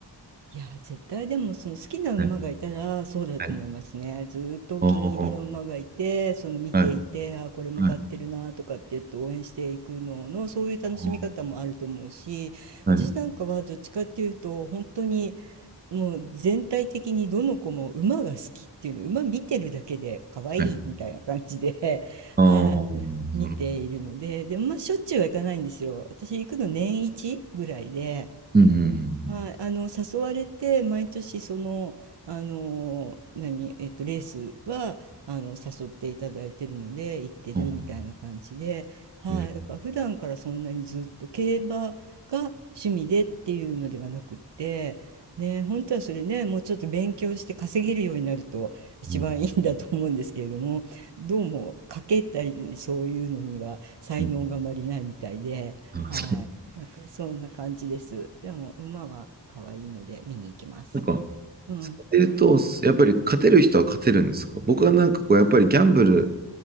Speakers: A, on the right (about 75°); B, on the right (about 20°).
A: いや、絶対でもその好きな馬がいたらそうだと思いますね。
B: はい。はい。
A: ずーっとお気に入りの馬がいて、
B: ああ、
A: その見ていて、
B: はい。
A: あー、これも買ってるなとかって言って応援していくのの、
B: はい。
A: そういう楽しみ方もあると思うし、
B: ああ、
A: 私なんかはどっちかっていうと、
B: はい。
A: 本当にもう全体的にどの子も馬が好きっていうの、馬見てるだけで可愛いみたいな感じで、
B: はい。
A: <laughs>
B: ああ、
A: はい、
B: なるほど
A: 見ているので、でもまあしょっちゅうはいかないんですよ。私行くの年一ぐらいで。
B: うんうん
A: はい、あの誘われて毎年その、あの何、えっと、レースはあの誘っていただいてるので行ってるみたいな感じで、
B: うん。ああ、
A: はい、
B: えー、
A: だから普段からそんなにずっと競馬が趣味でっていうのではなくって、ね、本当はそれねもうちょっと勉強して稼げるようになると一番いいんだと思うんですけれどもどうも賭けたりそういうのには才能があまりないみたいで。
B: うんうん。あ、
A: はいなんかそんな感じです。
B: そう。
A: でも馬は可愛いので見に行きます。
B: <laughs> なんか、
A: うん、
B: そういうと、やっぱり勝てる人は勝てるんですか僕はなんかこう、やっぱりギャンブル